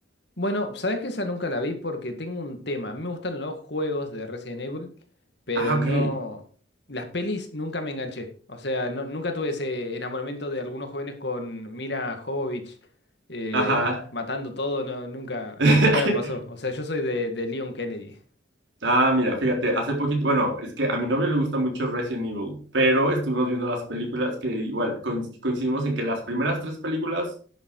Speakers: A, on the left; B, on the right.
A: Bueno, sabes que esa nunca la vi porque tengo un tema. A mí me gustan los juegos de Resident Evil, pero
B: Ah, ok.
A: no. Las pelis nunca me enganché. O sea, no- nunca tuve ese enamoramiento de algunos jóvenes con Mira Jovovich eh,
B: Ajá.
A: matando todo. No, nunca,
B: <laughs>
A: nunca me pasó. O sea, yo soy de, de Leon Kennedy.
B: Ah, mira, fíjate, hace poquito, bueno, es que a mi novio le gusta mucho Resident Evil, pero estuvimos viendo las películas que igual coinc- coincidimos en que las primeras tres películas